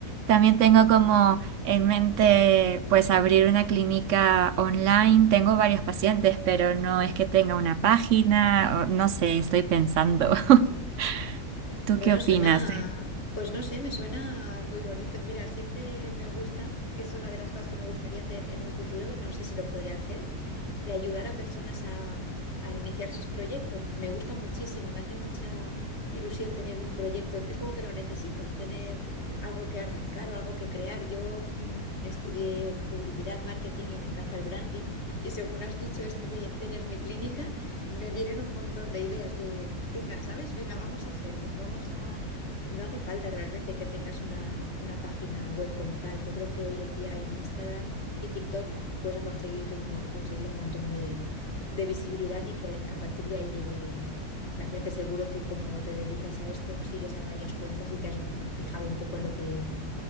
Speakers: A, on the right; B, on the left.
A: También tengo como en mente pues abrir una clínica online. Tengo varios pacientes, pero no es que tenga una página, o no sé, estoy pensando. <laughs> ¿Tú
B: Bueno,
A: qué opinas?
B: suena, pues no sé, me suena muy bonito. Mira, siempre me gusta, que es una de las cosas que me gustaría hacer en un futuro, no sé si lo podría hacer, de ayudar a personas a, a iniciar sus proyectos. Me gusta muchísimo, me hace mucha ilusión tener un proyecto. Es como que lo necesito, tener algo que arrancar o algo que crear. Yo mm, estudié publicidad, marketing y me encanta el branding. Y según has dicho esto de tener mi clínica, me vienen un montón de ideas de, venga, ¿sabes? Venga, vamos a hacerlo, vamos a... No hace falta realmente que tengas una, una página web como tal. Yo creo que hoy en día en Instagram y TikTok puedes conseguir un, mo- conseguir un montón de, de visibilidad y que a partir de ahí llegue la gente. Seguro que como te dedicas a esto, sigues a varias cuentas y te has mm, fijado un poco en lo que,